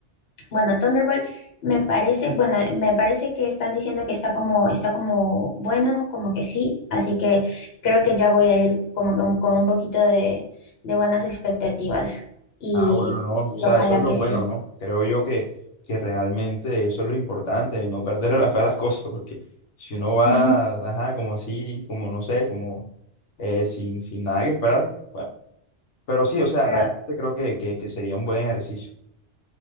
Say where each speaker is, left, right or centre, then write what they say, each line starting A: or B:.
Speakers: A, on the left; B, on the left.
A: bueno, Thunderbolt me parece, bueno, me parece que están diciendo que está como, está como bueno, como que sí, así que creo que ya voy a ir como que un- con un poquito de, de buenas expectativas y,
B: Ah, bueno, no, o
A: y
B: sea,
A: ojalá
B: eso es lo
A: que
B: bueno,
A: sí.
B: ¿no? Creo yo que, que realmente eso es lo importante, no perderle la fe a las <laughs> cosas, porque si uno va,
A: <laughs>
B: ajá, como así, como no sé, como eh, sin, sin nada que esperar, bueno, pero sí, o sea,
A: Pero
B: realmente creo que, que, que sería un buen ejercicio.